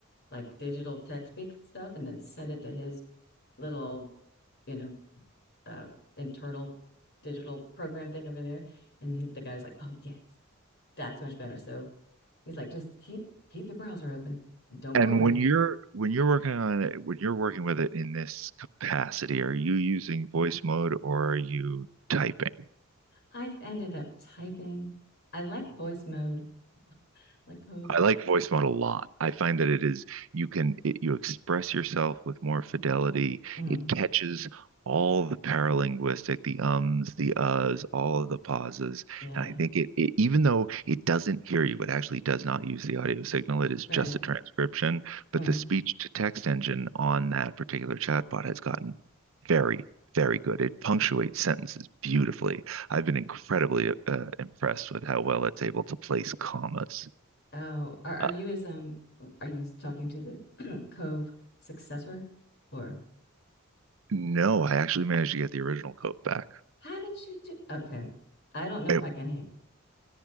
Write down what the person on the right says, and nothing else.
And
when you're when you're working on it, when you're working with it in this capacity, are you using voice mode or are you typing?
I like voice mode a lot. I find that it is you can it, you express yourself with more fidelity.
It catches all the paralinguistic, the ums, the uhs, all of the pauses,
and I think it, it even though it doesn't hear you, it actually does not use the audio signal. It is just
a transcription, but
the speech to text engine on that particular chatbot has gotten very very good. It punctuates sentences beautifully. I've been incredibly uh, impressed with how well it's able to place commas.
uh,
No, I actually managed to get the original coat back.
It,